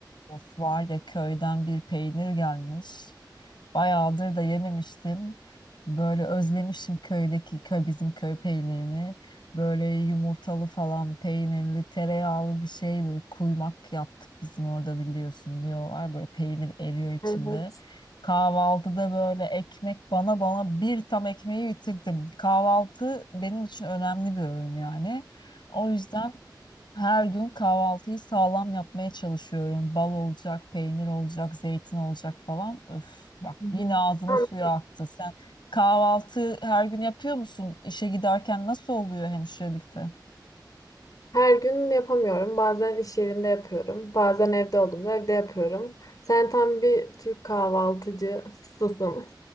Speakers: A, on the left (about 75°); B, on the left (about 55°).
A: Of var ya köyden bir peynir gelmiş. Bayağıdır da yememiştim. Böyle özlemişim köydeki köy bizim köy peynirini. Böyle yumurtalı falan peynirli tereyağlı bir şey böyle kuymak yaptık bizim orada biliyorsun diyorlar. Böyle peynir eriyor içinde.
B: Evet.
A: Kahvaltıda böyle ekmek bana bana bir tam ekmeği bitirdim. Kahvaltı benim için önemli bir öğün yani. O yüzden Her gün kahvaltıyı sağlam yapmaya çalışıyorum. Bal olacak, peynir olacak, zeytin olacak falan. Öf, bak
B: Hı hı.
A: yine ağzımın suyu
B: Ama
A: aktı. Sen kahvaltı her gün yapıyor musun? İşe giderken nasıl oluyor hemşirelikte?
B: Her gün yapamıyorum. Bazen iş yerinde yapıyorum. Bazen evde olduğumda evde yapıyorum. Sen tam bir Türk kahvaltıcısısın.